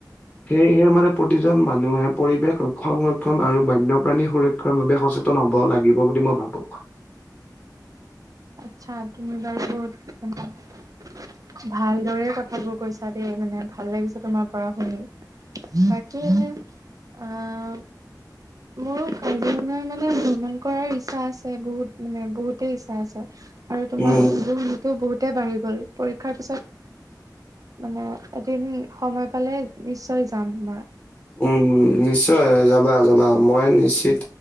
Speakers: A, on the left; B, on the right.
A: সেয়েহে মানে প্ৰতিজন মানুহে পৰিৱেশ সংৰক্ষণ আৰু বন্যপ্ৰাণী সুৰক্ষা বাবে সচেতন হ'ব লাগিব বুলি মই ভাবো।
B: আচ্ছা তুমি বাৰু বহুত <unintelligible> ভালদৰে কথাবোৰ কৈছা দেই মানে ভাল লাগিছে তোমাৰ পৰা কথাবোৰ শুনি। বাকী এনে আহ মোৰো কাজিৰঙা মানে ভ্ৰমণ কৰাৰ ইচ্ছা আছে বহুত মানে বহুতেই ইচ্ছা আছে। আৰু তোমাৰ
A: উম
B: কথা বোৰ শুনি তো বহুতে বাঢ়ি গ'ল পৰীক্ষাৰ পিছত মানে এদিন সময় পালে নিশ্চয় যাম মই।
A: উম, নিশ্চয় যাবা যাবা মই নিশ্চিত